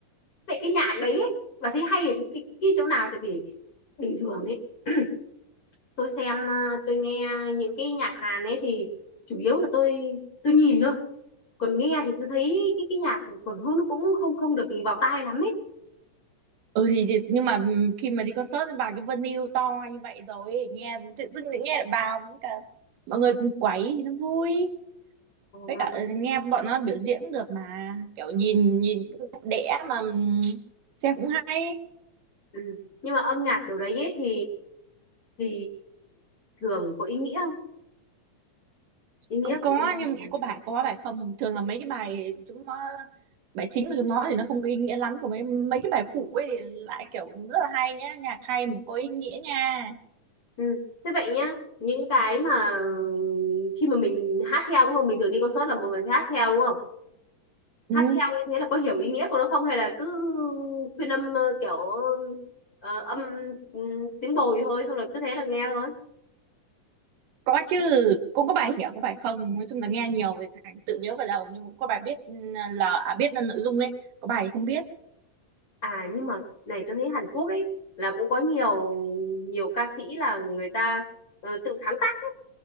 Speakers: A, on the left (about 30°); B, on the right (about 85°).
A: vậy cái nhạc đấy ấy, bà thấy hay ở cái, cái chỗ nào tại vì bình thường ấy <clears throat> tôi xem ờ, tôi nghe những cái nhạc Hàn ấy thì chủ yếu là tôi tôi nhìn thôi còn nghe thì tôi thấy cái cái nhạc còn hơn cũng không không được vào tai lắm ấy
B: ừ thì thì- nhưng mà ừ, khi mà đi concert vào cái venue to như vậy rồi ấy, nghe tự dưng lại nghe được vào với cả mọi người cùng quấy thì nó vui
A: à,
B: với cả nghe bọn nó biểu diễn cũng được mà kiểu nhìn nhìn cũng đẹp đẽ mà ừ, xem cũng hay
A: ừ. nhưng mà âm nhạc kiểu đấy ấy thì thì thường có ý nghĩa không ý nghĩa
B: cũng có
A: của nó là
B: nhưng mà
A: gì?
B: cũng có bài có bài không thường là mấy cái bài chúng nó bài chính của chúng nó thì nó không có ý nghĩa lắm còn mấy mấy cái bài phụ ấy thì lại kiểu rất là hay nhá nhạc hay mà có ý nghĩa nha
A: Ừ. Thế vậy nhá, những cái mà khi mà mình hát theo đúng không? Bình thường đi concert là mọi người sẽ hát theo đúng không? Hát
B: ừ.
A: theo như thế là có hiểu ý nghĩa của nó không hay là cứ phiên âm ờ, kiểu ờ, âm ừ, tiếng bồi thôi xong rồi cứ thế là nghe thôi.
B: có chứ cũng có bài hiểu có bài không nói chung là nghe nhiều thì thành tự nhớ vào đầu nhưng mà cũng có bài biết là à, biết là nội dung ấy có bài thì không biết
A: À nhưng mà này tôi thấy Hàn Quốc ấy là cũng có nhiều nhiều ca sĩ là người ta ờ, tự sáng tác ấy.